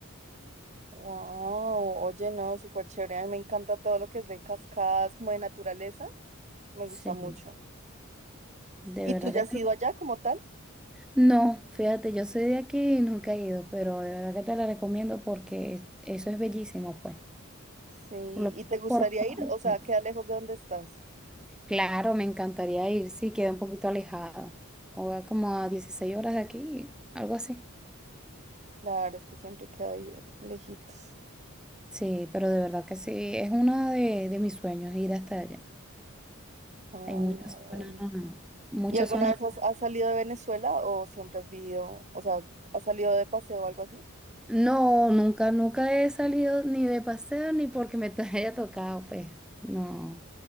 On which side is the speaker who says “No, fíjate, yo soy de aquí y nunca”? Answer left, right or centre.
Centre